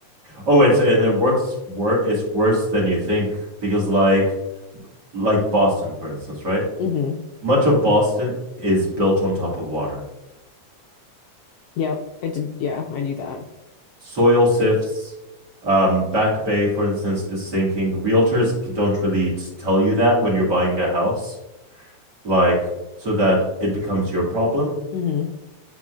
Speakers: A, on the right (about 35°); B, on the left (about 85°).
A: Oh, it's and it works wor it's worse than you think because like like Boston, for instance, right?
B: hmm
A: Much of Boston is built on top of water.
B: Yep. I did. Yeah, I knew that.
A: soil sifts. Um, Back Bay, for instance, is sinking. Realtors don't really tell you that when you're buying a house, like, so that it becomes your problem.
B: Mm-hmm.